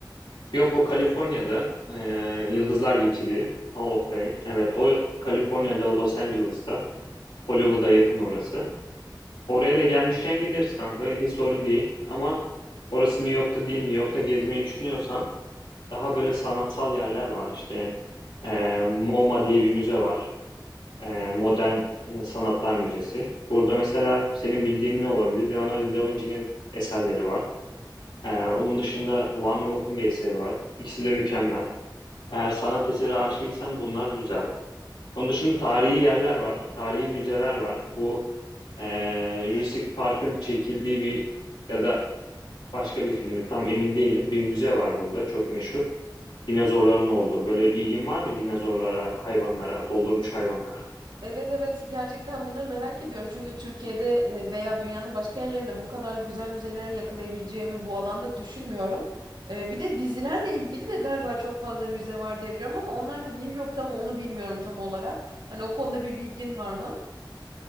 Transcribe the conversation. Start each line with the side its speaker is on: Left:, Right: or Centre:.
Left: Yok o Kaliforniya'da e, Yıldızlar Geçidi Hall of Fame. Evet o Kaliforniya'da Los Angeles'ta Hollywood'a yakın orası. Oraya da gelmişken gideriz kanka hiç sorun değil. Ama orası New York'ta değil. New York'ta gezmeyi düşünüyorsan daha böyle sanatsal yerler var. İşte e, MoMA diye bir müze var. Ee, Modern e, Sanatlar Müzesi. Burada mesela senin bildiğin ne olabilir? Leonardo da Vinci'nin eserleri var. Ee, onun dışında Van Gogh'un bir eseri var. İkisi de mükemmel. Eğer sanat eseri aşığıysan bunlar güzel. Onun dışında tarihi yerler var. Tarihi müzeler var. Bu e, Jurassic Park'ın çekildiği bir ya da başka bir filmde tam emin değilim. Bir müze var burada çok meşhur. Dinozorların olduğu. Böyle ilgin var mı dinozorlara, hayvanlara, doldurmuş hayvanlara?
Right: Evet evet gerçekten bunları merak ediyorum. Çünkü Türkiye'de e, veya dünyanın başka yerlerinde bu kadar güzel müzeleri yakalayabileceğimi bu alanda düşünmüyorum. E, Bir de dizilerle ilgili de galiba çok fazla müze var diye biliyorum ama onlar da New York'ta mı onu bilmiyorum tam olarak. Hani o konuda bir bilgin var mı?